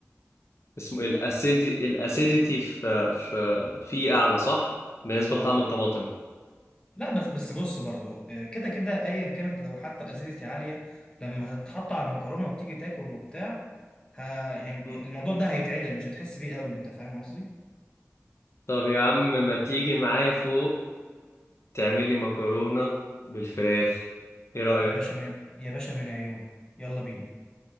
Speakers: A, on the left (about 60°); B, on the left (about 15°).
A: اسمه ايه الاسيدي الاسيديتي في في في اعلى صح بالنسبة
B: اه
A: لطعم الطماطم
B: لا بس بس بص برضو آه، كده كده ايا كانت لو حتى الاسيديتي عاليه لما هتتحط على المكرونه وتيجي تاكل وبتاع ها يعني
A: مم.
B: الموضوع ده هيتعدل مش هتحس بيه قوي انت فاهم قصدي
A: طب يا عم ما تيجي معايا فوق تعمل لي مكرونة بالفراخ ايه رأيك
B: يا باشا من يا باشا من عيون يلا بينا